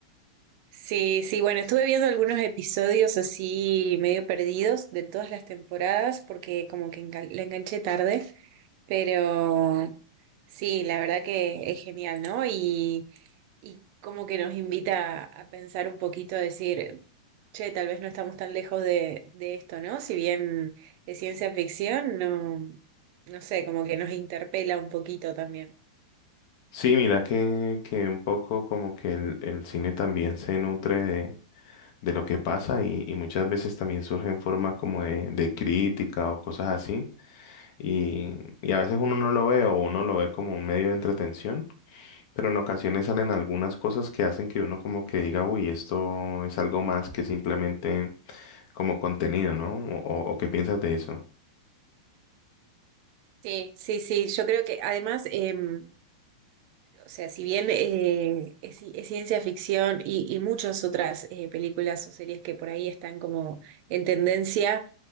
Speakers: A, on the right; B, on the left.
A: Sí, sí, bueno, estuve viendo algunos episodios así medio perdidos de todas las temporadas porque como que engan- la enganché tarde, pero sí, la verdad que es genial, ¿no? Y y como que nos invita a, pensar un poquito, a decir, che, tal vez no estamos tan lejos de, de esto, ¿no? Si bien es ciencia ficción, no, no sé, como que nos interpela un poquito también.
B: Sí, mira que, que un poco como que el, el cine también se nutre de lo que pasa y, y muchas veces también surge en forma como de, de crítica o cosas así y, y a veces uno no lo ve o uno lo ve como un medio de entretención, pero en ocasiones salen algunas cosas que hacen que uno como que diga, uy, esto es algo más que simplemente como contenido, ¿no? O, o qué piensas de eso.
A: Sí, sí, sí, yo creo que además, em, o sea, si bien eh, es, ci- es ciencia ficción y, y muchas otras eh, películas o series que por ahí están como en tendencia,